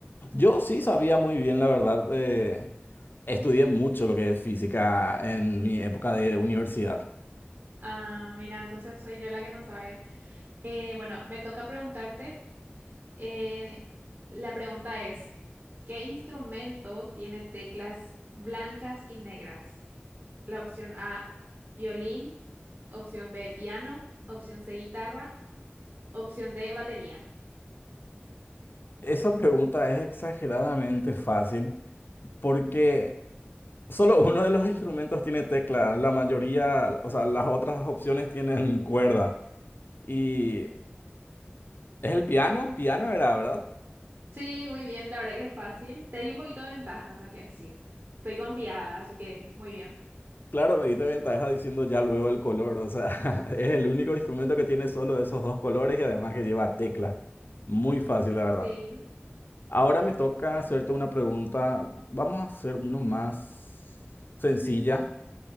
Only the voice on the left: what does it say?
Yo sí sabía muy bien, la verdad. eh, estudié mucho lo que es física en mi época de universidad.
Esa pregunta es exageradamente fácil porque... Solo uno de los instrumentos tiene tecla, la mayoría, o sea, las otras opciones tienen cuerda. Y es el piano, piano era, ¿verdad?
Claro, me diste ventaja diciendo ya luego el color, o sea, <laughs> es el único instrumento que tiene solo esos dos colores y además que lleva tecla. Muy fácil, la verdad.
Ahora me toca hacerte una pregunta, vamos a hacer uno más sencilla.